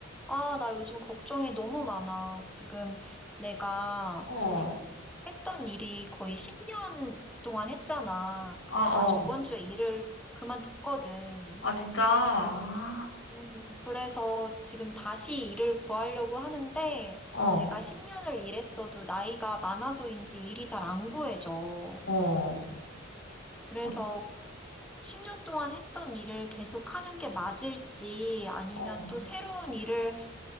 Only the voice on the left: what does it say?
어,
아,
어.
아, 진짜. 아,
어,
어.
어,
어,